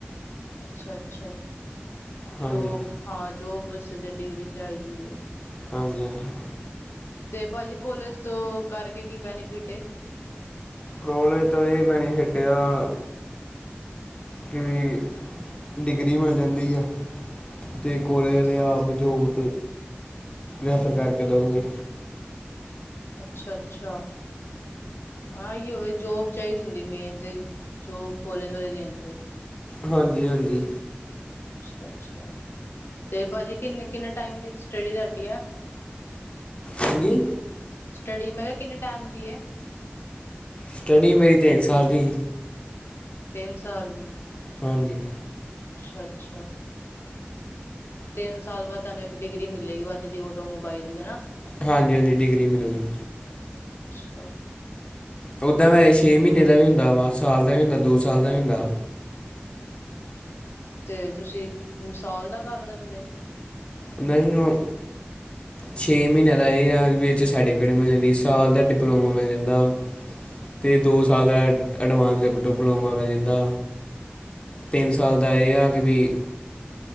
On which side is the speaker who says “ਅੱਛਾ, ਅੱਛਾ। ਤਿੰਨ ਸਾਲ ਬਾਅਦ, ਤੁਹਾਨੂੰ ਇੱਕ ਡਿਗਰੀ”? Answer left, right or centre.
Left